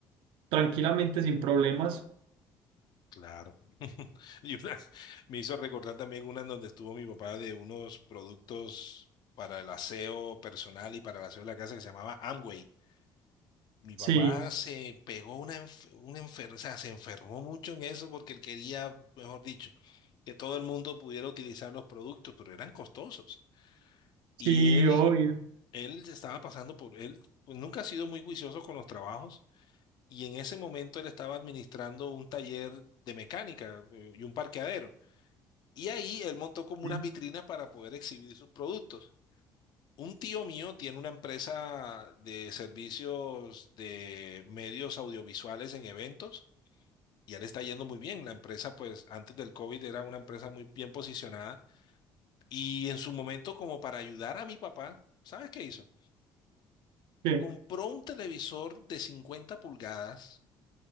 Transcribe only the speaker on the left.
Claro. Y una- <laughs> me hizo recordar también una en donde estuvo mi papá de unos productos para el aseo personal y para el aseo de la casa que se llamaba Amway. Mi
papá se pegó una, enf- una enfer- o sea, se enfermó mucho en eso porque él quería, mejor dicho, que todo el mundo pudiera utilizar los productos, pero eran costosos.
Y él,
él estaba pasando por, él pues nunca ha sido muy juicioso con los trabajos y en ese momento él estaba administrando un taller de mecánica eh, y un parqueadero. Y ahí él montó como
unas vitrinas para poder exhibir sus productos. Un tío mío tiene una empresa de servicios de medios audiovisuales en eventos y ya le está yendo muy bien. La empresa, pues antes del COVID era una empresa muy bien posicionada y en su momento como para ayudar a mi papá, ¿sabes qué hizo?
compró un televisor de 50 pulgadas